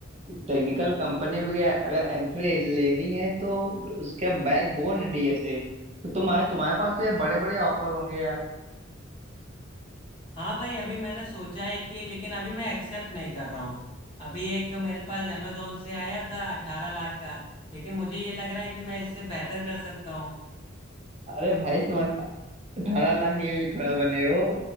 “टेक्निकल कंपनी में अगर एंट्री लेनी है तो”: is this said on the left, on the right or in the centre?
Right